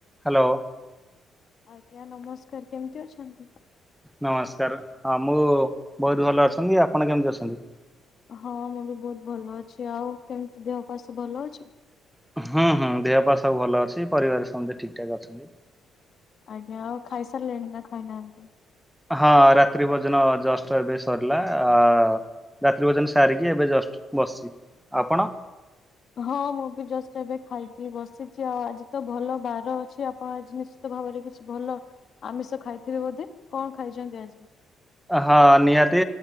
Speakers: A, in the centre; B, on the left.
A: Hello.
B: ଆଜ୍ଞା ନମସ୍କାର କେମତି ଅଛନ୍ତି?
A: ନମସ୍କାର ହଁ ମୁଁ ବହୁତ ଭଲ ଅଛନ୍ତି। ଆପଣ କେମିତି ଅଛନ୍ତି?
B: ହଁ ମୁଁ ବି ବହୁତ ଭଲ ଅଛି। ଆଉ କେମିତି ଦେହ ପା ସବୁ ଭଲ ଅଛି?
A: ହୁଁ ହୁଁ ଦେହ ପା ସବୁ ଭଲ ଅଛି ପରିବାର ସମସ୍ତେ ଠିକ ଠାକ୍ ଅଛନ୍ତି।
B: ଆଜ୍ଞା ଆଉ ଖାଇସାରିଲେଣି ନା ଖାଇନାହାନ୍ତନ୍ତି?
A: ହଁ ରାତ୍ରି ଭୋଜନ ଜଷ୍ଟ ଏବେ ସରିଲା। ଆ ରାତ୍ରୀି ଭୋଜନ ସାରିକି ଏବେ ଜଷ୍ଟ ବସିଚି। ଆପଣ?
B: ହଁ ମୁଁ ବି ଜଷ୍ଟ ଏବେ ଖାଇକି ବସିଚି। ଆଉ ଆଜି ତ ଭଲ ବାର ଅଛି ଆପଣ ଆଜି ନିସ ଶ୍ଚିନ୍ତ ଭାବରେ କିଛି ଭଲ ଆମିଷ ଖାଇଥିବେ ବୋଧେ କଣ ଖାଇଛନ୍ତି ଆଜି?
A: ହଁ ନିହାତି